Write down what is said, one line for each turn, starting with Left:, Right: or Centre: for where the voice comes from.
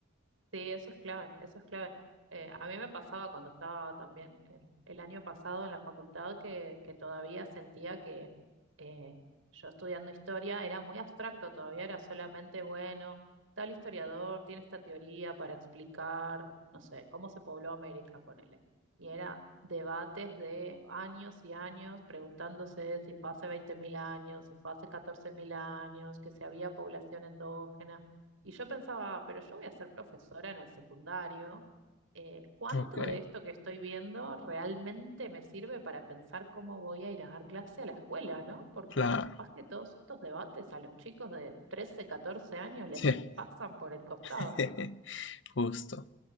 Right: Sí, eso es clave, eso es clave. Eh, a mí me pasaba cuando estaba también el, el año pasado en la facultad que, que todavía sentía que eh, yo estudiando historia era muy abstracto, todavía era solamente, bueno, tal historiador tiene esta teoría para explicar, no sé, cómo se pobló América, ponele. Y era debates de años y años preguntándose si fue hace 20.000 años, si fue hace 14.000 años, que si había población endógena. Y yo pensaba, pero yo voy a ser profesora en el secundario. eh, ¿cuánto
Left: Ok,
Right: de esto que estoy viendo realmente me sirve para pensar cómo voy a ir a dar clase a la escuela, ¿no? Porque
Left: Claro,
Right: capaz que todos estos debates a los chicos de 13, 14 años les
Left: sí,
Right: pasan por el costado.
Left: <laughs> justo,